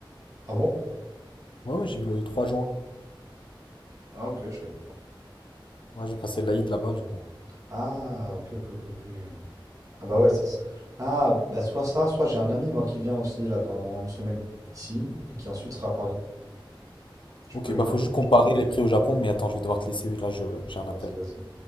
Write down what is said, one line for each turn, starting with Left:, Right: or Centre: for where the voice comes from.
Right: Ah bon?
Left: ouais, ouais, j'y vais le 3 juin.
Right: Ah ok, je savais pas.
Left: Ouais, je vais passer l'Aïd là-bas, du coup.
Right: Ah ok, ok, ok, ok. Ah bah
Left: Ouais.
Right: ouais, c'est ça. Ah, bah soit ça, soit j'ai un ami moi qui vient aussi là dans une semaine ici et qui ensuite sera à Paris. Je
Left: Ok,
Right: peux lui
Left: bah
Right: donner.
Left: faut juste comparer les prix au Japon, mais attends, je vais devoir te laisser, là, je, j'ai un
Right: Vas-y,
Left: appel.
Right: vas-y.